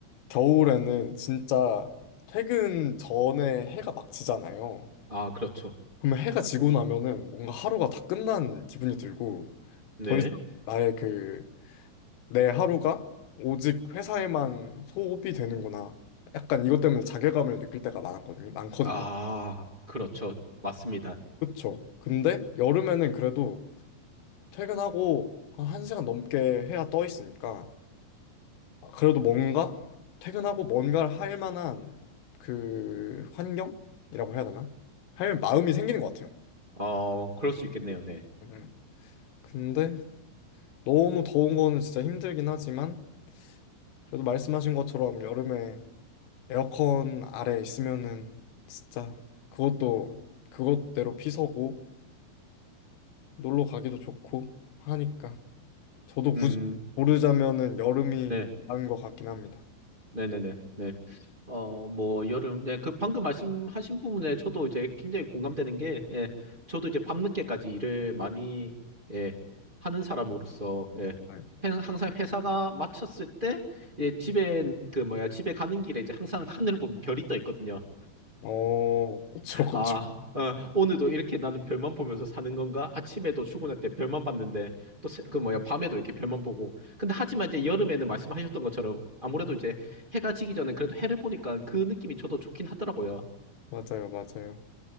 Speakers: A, on the left; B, on the right.
A: 겨울에는 진짜 퇴근 전에 해가 막 지잖아요.
B: 아, 그렇죠.
A: 그러면 해가 지고 나면은 뭔가 하루가 다 끝난 기분이 들고
B: 네.
A: 더 이상 나의 그 내 하루가 오직 회사에만 소비되는구나. 약간 이것 때문에 자괴감을 느낄 때가 많았거든요. 많거든요.
B: 아, 그렇죠. 맞습니다.
A: 그쵸. 근데 여름에는 그래도 퇴근하고 한 1시간 넘게 해야 떠 있으니까 아, 그래도 뭔가 퇴근하고 뭔가를 할 만한 그 환경이라고 해야 되나? 할 마음이 생기는 것 같아요.
B: 어, 그럴 수 있겠네요. 네.
A: 음. 음. 근데 너무 더운 거는 진짜 힘들긴 하지만 그래도 말씀하신 것처럼 여름에 에어컨 아래 있으면은 진짜 그것도 그것대로 피서고 놀러 가기도 좋고 하니까 저도
B: 음,
A: 굳이 고르자면은 여름이
B: 네.
A: 나은 것 같긴 합니다.
B: 네네네. 네. 어, 뭐, 여름, 네, 그 방금 말씀하신 부분에 저도 이제 굉장히 공감되는 게, 예, 저도 이제 밤늦게까지 일을 많이, 예, 하는 사람으로서, 예,
A: 네.
B: 해- 항상 회사가 마쳤을 때, 예, 집에, 그 뭐야, 집에 가는 길에 이제 항상 하늘을 보면 별이 떠 있거든요.
A: 어, 그쵸, 그쵸.
B: 아, 어, 오늘도 이렇게 나는 별만 보면서 사는 건가? 아침에도 출근할 때 별만 봤는데, 또, 새- 그 뭐야, 밤에도 이렇게 별만 보고. 근데 하지만 이제 여름에는 말씀하셨던 것처럼 아무래도 이제 해가 지기 전에 그래도 해를 보니까 그 느낌이 저도 좋긴 하더라고요.
A: 맞아요, 맞아요.